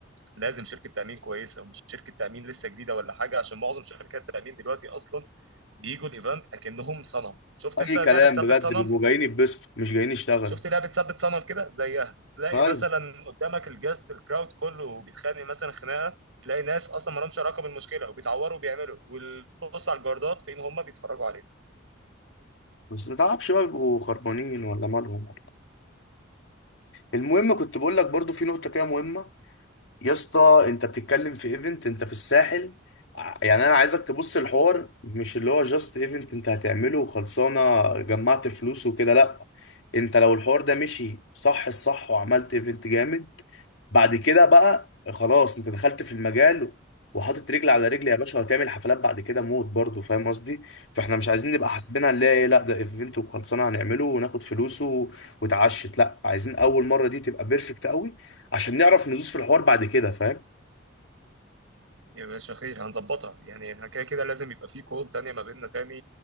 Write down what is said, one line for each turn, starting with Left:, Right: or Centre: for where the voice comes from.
Right: لازم شركة تأمين كويسة ومش شركة تأمين لسه جديدة ولا حاجة عشان معظم شركات التأمين دلوقتي اصلا بيجوا الايفنت اكنهم صنم شفت
Left: اي
Right: انت لعبة
Left: كلام
Right: ثبت
Left: بجد
Right: صنم
Left: بيبقوا جايين يتبسطوا مش جايين يشتغلوا
Right: شفت لعبة ثبت صنم كده زيها تلاقي
Left: ايوه
Right: مثلا قدامك الجاست الكراود كله بيتخانق مثلا خناقة تلاقي ناس اصلا ما لهمش علاقة بالمشكلة وبيتعوروا وبيعملوا وبص على الجاردات فين هم بيتفرجوا عليها
Left: بس ما تعرفش بقى بيبقوا خربانين ولا مالهم ولا إيه. المهم كنت بقول لك برضو في نقطة كده مهمة يا اسطى انت بتتكلم في ايفنت انت في الساحل ع- يعني انا عايزك تبص الحوار مش اللي هو جاست ايفنت انت هتعمله وخلصانه جمعت فلوس وكده لا انت لو الحوار ده مشي صح الصح وعملت ايفنت جامد بعد كده بقى خلاص انت دخلت في المجال وحاطط رجل على رجل يا باشا وهتعمل حفلات بعد كده موت برضه فاهم قصدي فاحنا مش عايزين نبقى حاسبينها اللي هي ايه لا ده ايفنت وخلصانه هنعمله وناخد فلوسه وتعشت لا عايزين اول مره دي تبقى بيرفكت قوي عشان نعرف ندوس في الحوار بعد كده فاهم
Right: يا باشا خير هنظبطها يعني احنا كده كده لازم يبقى في كول تانية ما بيننا تاني